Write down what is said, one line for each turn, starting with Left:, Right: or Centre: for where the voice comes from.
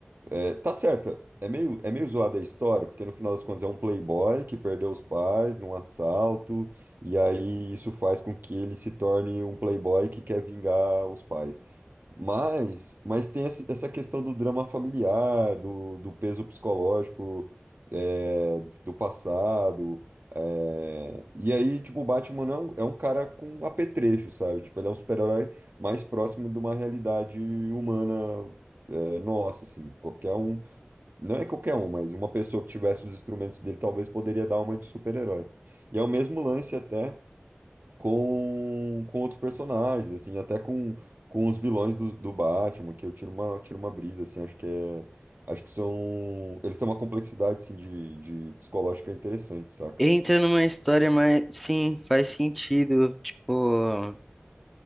Right: É, tá certo. É meio, é meio zoada a história, porque no final das contas é um playboy que perdeu os pais num assalto, e aí isso faz com que ele se torne um playboy que quer vingar os pais. Mas, mas tem esse- essa questão do drama familiar, do, do peso psicológico, é, do passado. é, E aí, tipo, o Batman é um, é um cara com apetrecho, sabe? Tipo, ele é um super-herói mais próximo de uma realidade humana, é, nossa, assim. Qualquer um, não é qualquer um, mas uma pessoa que tivesse os instrumentos dele talvez poderia dar uma de super-herói. E é o mesmo lance até com, com outros personagens, assim, até com, com os vilões do, do Batman, que eu tiro uma, tiro uma brisa, assim, acho que é. Acho que são. Eles têm uma complexidade, assim, de, de psicológica interessante, saca?
Centre: Entra numa história mais. Sim, faz sentido. Tipo,